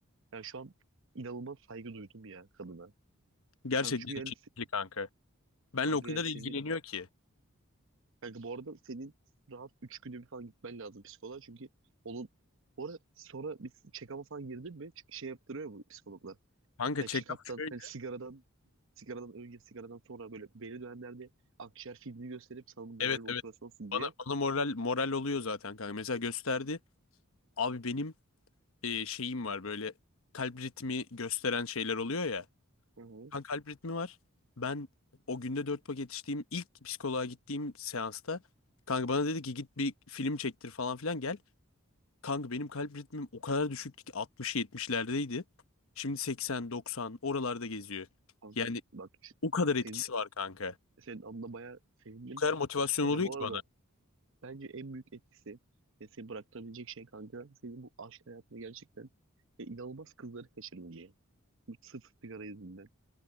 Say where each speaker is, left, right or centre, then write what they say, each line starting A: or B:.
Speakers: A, on the right; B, on the left.
A: Yani şu an inanılmaz saygı duydum ya kadına.
B: Gerçekten
A: Kanka çünkü yani
B: içi
A: se-
B: kanka. Benle
A: kanka
B: o kadar
A: yani seni
B: ilgileniyor ki.
A: kanka bu arada senin rahat 3 günde bir falan gitmen lazım psikoloğa çünkü onun bu arada sonra bir check-up'a falan girdin mi? Çünkü şey yaptırıyor bu psikologlar.
B: Kanka
A: Yani
B: check-up
A: check-up'tan
B: şöyle
A: hani sigaradan sigaradan önce sigaradan sonra böyle belli dönemlerde akciğer filmi gösterip sana moral
B: Evet
A: motivasyon
B: evet.
A: olsun
B: Bana
A: diye.
B: bana moral moral oluyor zaten kanka. Mesela gösterdi. Abi benim e, şeyim var böyle kalp ritmi gösteren şeyler oluyor ya.
A: Hı hı.
B: Kanka kalp ritmi var. Ben o günde 4 paket içtiğim ilk psikoloğa gittiğim seansta kanka bana dedi ki git bir film çektir falan filan gel. Kanka benim kalp ritmim o kadar düşüktü ki 60-70'lerdeydi. Şimdi 80-90 oralarda geziyor.
A: Kanka
B: Yani
A: bak şu-
B: o kadar
A: senin,
B: etkisi var kanka.
A: senin anına bayağı sevindim.
B: O kadar motivasyon
A: Kanka
B: oluyor
A: bu
B: ki
A: arada
B: bana.
A: bence en büyük etkisi ve seni bıraktırabilecek şey kanka senin bu aşk hayatına gerçekten e, inanılmaz kızları kaçırdın diye. Bu sırf sigara yüzünden.